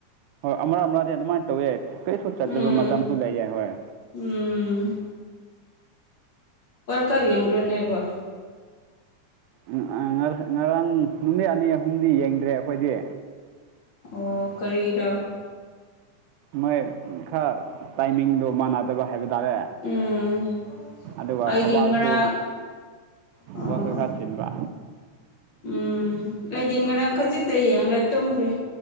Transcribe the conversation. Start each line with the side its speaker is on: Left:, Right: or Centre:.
Right: ꯍꯣꯏ ꯑꯃꯥ ꯑꯃꯗꯤ ꯑꯗꯨꯃꯥꯏꯟ ꯇꯧꯋꯦ ꯀꯩꯁꯨ ꯆꯠꯇꯕ
Left: ꯎꯝ
Right: ꯃꯇꯝꯁꯨ ꯂꯩꯌꯦ ꯍꯣꯏ
Left: ꯎꯝ ꯑꯣꯔ ꯀꯕꯤ ꯌꯥꯝ꯭ꯔꯅꯦꯔꯤꯕꯣ
Right: ꯎꯝ ꯑ ꯉꯔꯥꯡ ꯅꯨꯃꯤꯠ ꯑꯅꯤ ꯑꯍꯨꯝꯗꯤ ꯌꯦꯡꯗ꯭ꯔꯦ ꯑꯩꯈꯣꯏꯗꯤ
Left: ꯑꯣ ꯀꯔꯤꯒꯤꯔ
Right: ꯃꯣꯏ ꯈꯔ ꯇꯥꯏꯃꯤꯡꯗꯣ ꯃꯥꯟꯅꯗꯕ ꯍꯥꯏꯕ ꯇꯥꯔꯦ
Left: ꯎꯝ
Right: ꯑꯗꯨꯒ
Left: ꯑꯩꯗꯤ
Right: ꯊꯕꯥꯛꯁꯨ
Left: ꯉꯔꯥꯡ ꯑꯣ
Right: ꯖꯕꯛꯁꯨ ꯈꯔ ꯆꯤꯟꯕ
Left: ꯎꯝ ꯑꯩꯗꯤ ꯉꯔꯥꯡ ꯈꯖꯤꯛꯇ ꯌꯦꯡꯉꯒ ꯇꯨꯝꯈ꯭ꯔꯦ